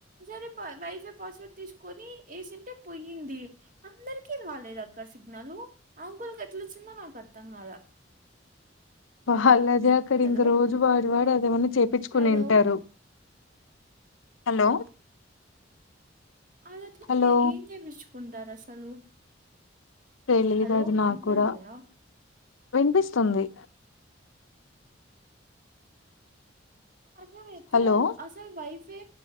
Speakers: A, on the right; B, on the left.
A: సరే వైఫే పాస్వర్డ్ తీసుకొని ఏసింటే పోయింది అందరికివాలేదు అక్క సిగ్నల్ అంకుల్ కెట్లచ్చిందో నాకు అర్థం కలా
B: వాళ్ళది అక్కడింకా
A: హలో
B: రోజు వాడి వాడి అదేమన్న చెప్పిచుకునింటారు
A: హలో
B: హలో
A: అదట్ల
B: హలో
A: జే ఏంచెప్పించుకుంటారు అసలు
B: తెలీదు
A: హలో
B: అది నా
A: వినపడలేదా
B: కూడా వినిపిస్తుంది
A: అసలు ఎట్ల
B: హలో
A: అసలు వైఫై